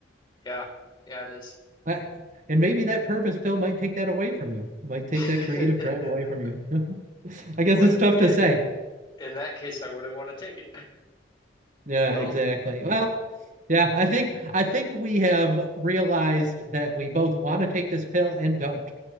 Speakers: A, on the left; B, on the right.
A: Yeah, yeah, it is.
B: That- and maybe that purpose pill might take that away from you. Might take
A: <laughs>
B: that creative drive away from you. <laughs> I guess
A: Would
B: it's tough
A: in
B: to say.
A: in that case, I wouldn't want to take it.
B: Yeah,
A: Well,
B: exactly. Well, yeah, I think I think we have realized that we both want to take this pill and don't.